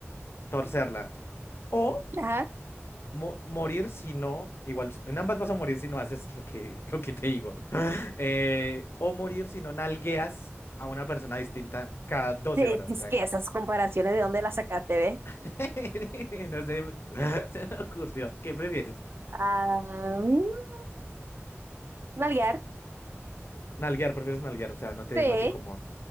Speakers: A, on the left; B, on the right.
A: torcerla. o
B: Ajá.
A: mo- morir si no, igual, en ambas vas a morir si no haces lo que, lo que te digo. <laughs> Eh, o morir si no nalgueas a una persona distinta cada 12
B: Eh,
A: horas.
B: Es
A: O sea,
B: que esas comparaciones, ¿de dónde las sacaste, ve?
A: <laughs> no sé, <laughs> se me ocurrió. ¿Qué prefieres?
B: Ah, mm, nalguear.
A: Nalguear, prefieres nalguear, o sea, no te,
B: Sí.
A: no te incomoda.